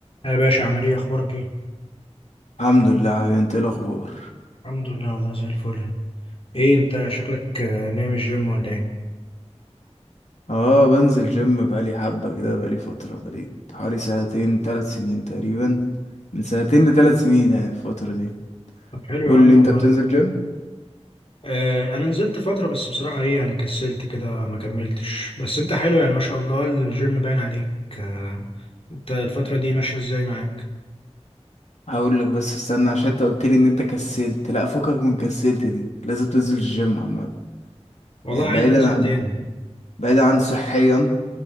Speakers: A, on the left (about 55°); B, on the left (about 85°).
A: يا باشا عامل ايه اخبارك ايه
B: الحمد لله حبيبي انت ايه الاخبار
A: الحمد لله والله زي الفل ايه انت شكلك آه، نايم الجيم ولا ايه
B: اه بنزل جيم بقالي حبة كده بقالي فترة بقالي حوالي سنتين ثلاث سنين تقريبا من سنتين لثلاث سنين يعني الفترة دي
A: طب حلو
B: قول
A: يا عم
B: لي
A: والله
B: انت بتنزل جيم
A: آه انا نزلت فتره بس بصراحه ايه يعني كسلت كده ما كملتش بس انت حلو يعني ما شاء الله الجيم باين عليك آه انت الفتره دي ماشيه ازاي معاك
B: هقول لك بس استنى عشان انت قلت لي ان انت كسلت لا فكك من كسلت دي لازم تنزل الجيم عامة
A: والله
B: يعني
A: عايز
B: بعيدا
A: انزل
B: عن
A: تاني
B: بعيدا عن صحيا